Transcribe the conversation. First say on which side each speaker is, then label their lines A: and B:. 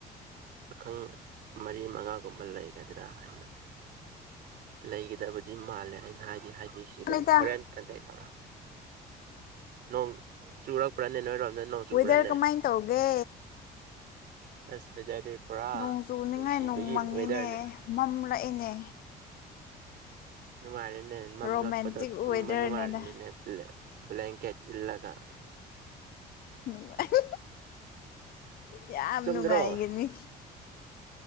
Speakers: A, on the right; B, on the left.
A: ꯄꯥꯈꯪ ꯃꯔꯤ ꯃꯉꯥꯒꯨꯝꯕ ꯂꯩꯒꯗ꯭ꯔꯥ ꯍꯥꯏꯅ ꯂꯩꯒꯗꯕꯗꯤ ꯃꯥꯜꯂꯦ ꯑꯩꯅ ꯍꯥꯏꯗꯤ ꯍꯥꯏ ꯁꯤꯕꯅꯦ
B: ꯅꯣꯏꯗ
A: ꯍꯣꯔꯦꯟ ꯀꯟꯇꯦꯛ ꯇꯧꯔ ꯅꯣꯡ ꯆꯨꯔꯛꯄ꯭ꯔꯥꯅꯦ ꯅꯣꯏ ꯔꯣꯝ ꯅꯣꯡꯆꯨꯕ꯭ꯔꯦꯅꯦ
B: ꯋꯦꯗꯔ ꯀꯃꯥꯏꯅ ꯇꯧꯒꯦ
A: ꯑꯁ ꯄꯨꯔꯥ
B: ꯅꯣꯡ ꯆꯨꯅꯤꯡꯉꯥꯏ
A: ꯅꯨꯡꯁꯤꯕꯒꯤ
B: ꯅꯣꯡ ꯃꯪꯉꯤꯅꯦ
A: ꯋꯦꯊꯔꯅꯦ
B: ꯃꯝꯂꯛꯏꯅꯦ
A: ꯅꯨꯡꯉꯥꯏꯔꯦꯅꯦ ꯃꯝꯂꯛꯄꯗꯣ
B: ꯔꯣꯃꯦꯟꯇꯤꯛ
A: ꯇꯨꯝꯕ
B: ꯋꯦꯗꯔꯅꯤꯅ
A: ꯅꯨꯡꯉꯥꯏꯔꯅꯤꯅꯦ ꯕ꯭ꯂꯥꯡꯀꯦꯠ ꯏꯜꯂꯒ
B: ꯅꯨꯡꯉꯥꯏ ꯌꯥꯝ
A: ꯆꯨꯝꯗ꯭ꯔꯣ
B: ꯅꯨꯡꯉꯥꯏꯒꯅꯤ